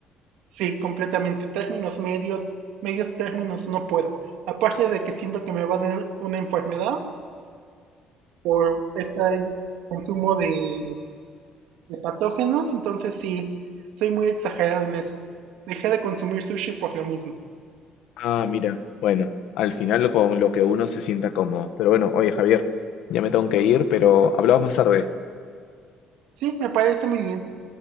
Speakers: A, on the right; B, on the left.
A: Sí, completamente. Términos medios, medios términos no puedo. Aparte de que siento que me van a dar una enfermedad por este consumo de, de patógenos, entonces sí, soy muy exagerado en eso. Dejé de consumir sushi por lo mismo.
B: Ah, mira, bueno, al final con lo que uno se sienta cómodo. Pero bueno, oye Javier, ya me tengo que ir, pero hablamos más tarde.
A: Sí, me parece muy bien.